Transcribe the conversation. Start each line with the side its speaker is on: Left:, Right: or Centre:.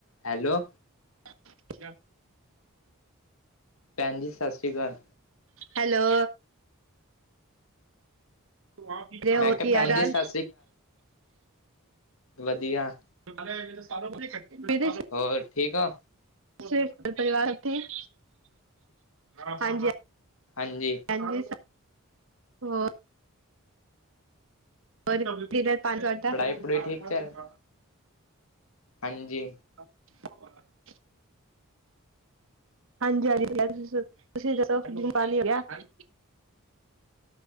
Left: Hello!
Right: <unintelligible>
Left: ਭੈਣ ਜੀ, ਸਤਿ ਸ੍ਰੀ ਅਕਾਲ।
Right: ਹੈਲੋ! ਤੁ ਆਪ ਹੀ ਕੇਹਾ,
Left: ਮੈਂ
Right: ਔ
Left: ਕਿਹਾ
Right: ਘਿਆ
Left: ਭੈਣ
Right: ਦਾਲ
Left: ਜੀ ਸਤਿ ਵਦੀਆ।
Right: <unintelligible> ਮੇਰੇ
Left: ਹੋਰ, ਠੀਕ ਓ?
Right: <unintelligible> ਪਰਿਵਾਰ ਠੀਕ, ਹਾਂਜੀ ਹਾਂ
Left: ਹਾਂਜੀ।
Right: ਹਾਂਜੀ ਸ, ਹੋਰ। ਹੋਰ,
Left: ਪੜ੍ਹਾਈ
Right: <unintelligible>
Left: ਪੜੂਈ ਠੀਕ ਚੱਲ ਹਾਂਜੀ।
Right: <inaudible> ਹਾਂਜੀ-ਹਾਂਜੀ <unintelligible> ਤੁਸੀ ਜਦੋਂ ਪਾਣੀ ਹੈਗੀ ਐ-